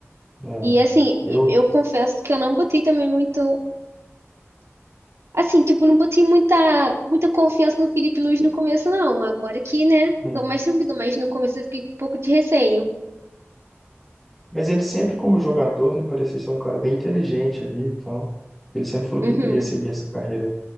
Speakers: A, in the centre; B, on the right.
A: É,
B: E assim,
A: eu...
B: e- eu confesso que eu não botei também muito. Assim, tipo, não botei muita, muita confiança no Felipe Luiz no começo, não. Agora que, né?
A: uhum.
B: Tô mais tranquilo, mas no começo eu fiquei com um pouco de receio.
A: Mas ele sempre, como jogador, né, parecia ser um cara bem inteligente ali e tal. Ele sempre falou
B: Uhum,
A: que queria seguir essa carreira